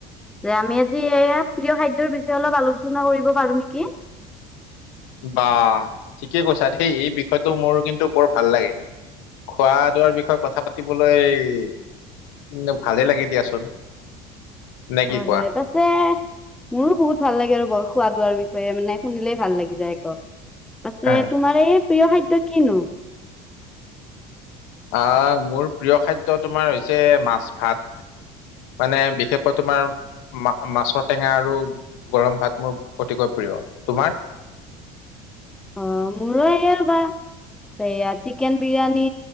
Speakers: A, in the centre; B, on the left (about 80°).
A: যে আমি আজি এই প্ৰিয় খাদ্যৰ বিষয়ে আলোচনা কৰিব নেকি।
B: বাঃ ঠিকেই কৈছা দেই, এই বিষয়টো মোৰ কিন্তু বৰ ভাল লাগে। খোৱা-লোৱাৰ বিষয়ে কথা পাতিবলৈ ভালেই লাগি দিয়াচোন। নে
A: হয়-হয়।
B: কি কোৱা?
A: যে মোৰো বহুত ভাল লাগে আৰু খোৱা-লোৱাৰ বিষয়ে মানে শুনিলেই ভাল লাগি যায় আক'। পাছে
B: হয়
A: তোমাৰ এই প্ৰিয় খাদ্য কি নো?
B: আঁহ', মোৰ প্ৰিয় খাদ্য তোমাৰ হৈছে মাছ-ভাত। মানে বিশেষকৈ তোমাৰ- মা-মাছৰ টেঙা আৰু গৰম ভাত মোৰ অতিকৈ প্ৰিয়, তোমাৰ?
A: অ', মোৰো এইয়া হ'ল বা সেয়া চিকেন বিৰিয়ানী